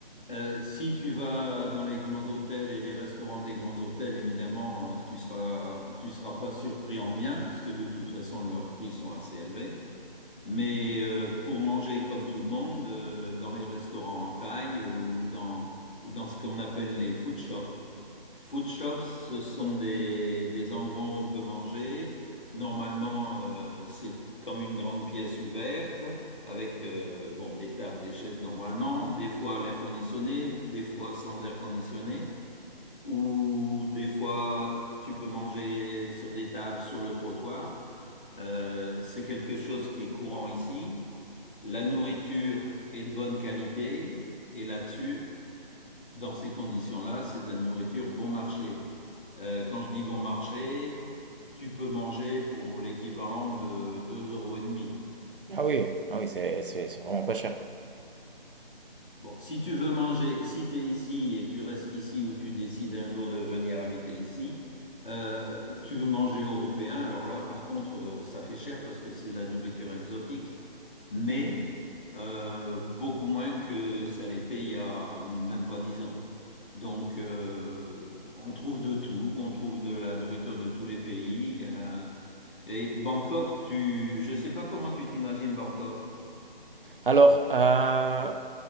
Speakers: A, on the left; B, on the right.
A: Euh, si tu vas dans les grands hôtels et les restaurants des grands hôtels, évidemment, euh, tu seras, tu seras pas surpris en bien, puisque de toute façon, leurs prix sont assez élevés. Mais euh, pour manger comme tout le monde, euh, dans les restaurants en Thaï euh, ou dans, ou dans ce qu'on appelle les food shops, Food shops, ce sont des, des endroits où on peut manger. Normalement, euh, c'est comme une grande pièce ouverte avec euh, bon, des tables, des chaises normalement, des fois à l'air conditionné, des fois sans air conditionné, ou des fois tu peux manger sur des tables, sur le trottoir. Euh, c'est quelque chose qui est courant ici. La nourriture est de bonne qualité et là-dessus, dans ces conditions-là, c'est de la nourriture bon marché. Euh, quand je dis bon marché, tu peux manger pour l'équivalent de deux euros. et demi.
B: Ah oui, ah oui, c'est c'est- c'est vraiment pas cher, quoi.
A: Bon, si tu veux manger, si tu es ici et tu restes ici ou tu décides un jour de venir habiter ici, euh, tu veux manger européen, alors là, par contre, euh, ça fait cher parce que c'est de la nourriture exotique, mais euh, beaucoup moins que ça l'était il y a même pas dix ans. Donc, euh, on trouve de tout, on trouve de la nourriture de tous les pays. euh, et Bangkok, tu, je sais pas comment tu t'imagines Bangkok.
B: Alors, euh,